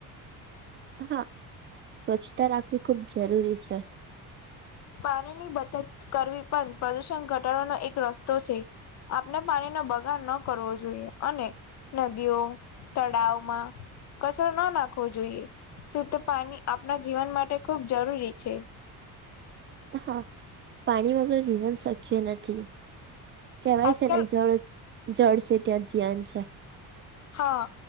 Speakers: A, on the right; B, on the left.
A: હા સ્વચ્છતા રાખવી ખૂબ જરૂરી છે.
B: પાણીની બચત કરવી પણ પ્રદૂષણ ઘટાડવાનો એક રસ્તો છે. આપણે પાણીનો બગાડ ન કરવો જોઈએ અને નદીઓ, તળાવમાં કચરો ના નાખવો જોઈએ. શુદ્ધ પાણી આપણા જીવન માટે ખુબ જરૂરી છે.
A: હા પાણી વગર જીવન શક્ય નથી. કહેવાય
B: આજકાલ
A: છે ને જળ જળ છે ત્યાં જીવન છે.
B: હા